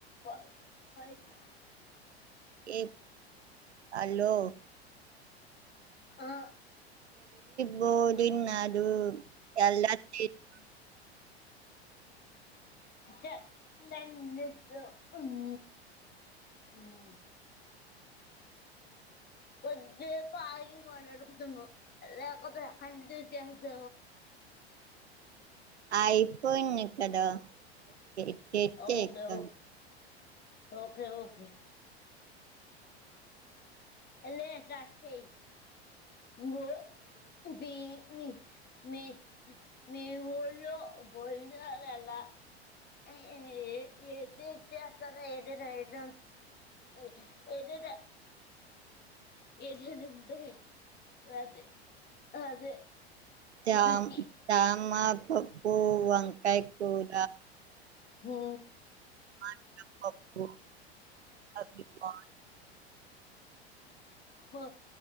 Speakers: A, on the left (about 30°); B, on the right (about 80°).
A: హలో
B: ఏక్ హలో
A: ఆ
B: బోరింగ్ గానూ ఎలా చేస్తారు
A: ఇ దా దా నెలలు ఉమ్ ఉమ్ కొజెపు ఆగి వాళ్ళు అడుగుతున్నారు లేకపోతే కళ్ళు తిరుగుతే ఏమవుతుంది.
B: అయిపోయింది కదా. చెట్టు అయితే
A: ఓకే
B: ఎక్కాను
A: ఓకే ఓకే ఓకే హలో సాస్తే ఇంగో ఇది మీ మీ మీ ఊర్లో భోజనాలు ఎలా ఏ ఏదిచూసి చేస్తారా ఎదైన ఏది ఏ ఏదద ఏదనాంట అదే అదే
B: జామ్
A: రుచి
B: సాంబార్ పప్పుూ వంకాయ కూర
A: హో
B: అన్నం పప్పు <unintelligible>
A: మా